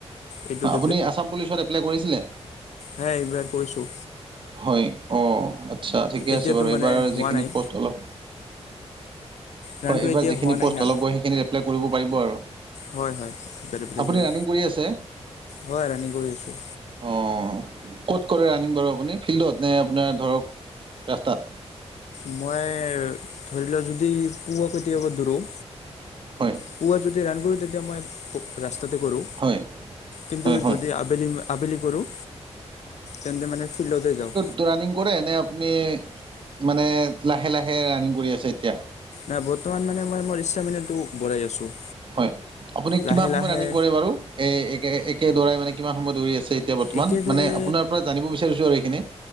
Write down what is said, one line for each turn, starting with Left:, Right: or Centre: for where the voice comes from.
Left: এইটোত
Right: আপুনি আছাম পুলিচত এপ্লাই কৰিছিলে?
Left: হয়, এইবাৰ কৰিছো।
Right: হয় অ, আচ্ছা, ঠিকে
Left: এতিয়াতো
Right: আছে বাৰু
Left: মানে
Right: এইবাৰ
Left: হোৱা
Right: যিখিনি
Left: নাই
Right: প'ষ্ট অলপ
Left: ৰাণটো
Right: হয়, এইবাৰ
Left: এতিয়া
Right: যিখিনি
Left: হোৱা
Right: পোষ্ট
Left: নাই না
Right: ওলাব সেইখিনত এপ্লাই কৰিব পাৰিব আৰু।
Left: হয় হয় এইবাৰ এপ্লাই
Right: আপুনি
Left: কৰিম
Right: ৰানিং কৰি আছে?
Left: হয় ৰানিং কৰি আছোঁ
Right: অ', ক'ত কৰে ৰা আনিম বাৰু আপুনি ফিল্ডত নে আপোনাৰ ধৰক ৰাস্তাত?
Left: মই ধৰি লোৱা যদি পো <unintelligible> কেতিয়াবা ধৰোঁ
Right: হয়।
Left: পুৱা যদি <unintelligible> কৰোঁ, তেতিয়া মই ৰাস্তাতে কৰোঁ।
Right: হয়
Left: কিন্তু
Right: হয় হয়
Left: যদি আ আবেলি, আবেলি কৰোঁ তেন্তে মানে ফিল্ডতে যাওঁ।
Right: তো ৰানিং কৰেনে আপুনি মানে লাহে, লাহে ৰানিং কৰি আছে এতিয়া?
Left: নাই বৰ্তমান মানে মই মোৰ ইচ্ছা মানেটো পৰাই আছোঁ।
Right: হয়, আপুনি
Left: লাহে
Right: কিমান সময়
Left: লাহে
Right: ৰানিং কৰে বাৰু? এই একে, একে দৌৰাই মানে কিমান সময় দৌৰি আছে এতিয়া বৰ্তমান,
Left: একেদৰে
Right: মানে আপোনাৰ পৰা জানিব বিচাৰিছোঁ আৰু এইখিনি?